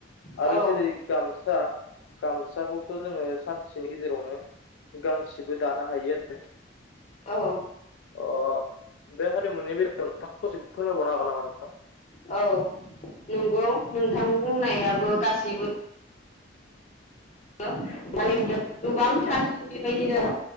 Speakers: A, on the left; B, on the left.
A: औ
B: आरो
A: औ
B: जेरै गामसा गामसाखौथ' जोंङो सानसेनि गेजेरावनो गांसेबो दानो हायो आरो
A: औ
B: अ बे हारिमुनि बेलायाव नोंथांङा ससेखौ फोरमायबावनो हागोन नामा नोंथां?
A: औ नंगौ नोंथां बुंनायाबो गासैबो बो माने बियो गोबांथार बेबायदिनो